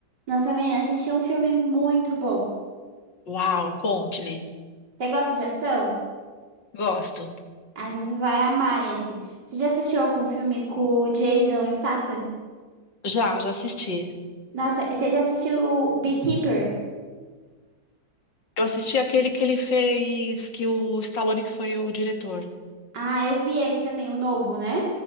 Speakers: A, on the right; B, on the left.
A: Nossa, menina, assisti um filme muito bom.
B: Uau, conte-me.
A: Você gosta de ação?
B: Gosto.
A: Ah, então você vai amar esse. Você já assistiu algum filme com o Jason Statham?
B: Já, já assisti.
A: Nossa, você já assistiu o Beekeeper?
B: Eu assisti aquele que ele fez, que o Stallone que foi o diretor.
A: Ah, eu vi esse também, o novo, né?